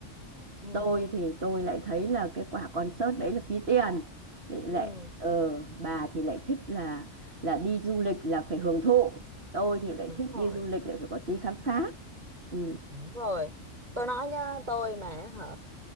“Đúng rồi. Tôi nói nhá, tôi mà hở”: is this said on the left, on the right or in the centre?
Right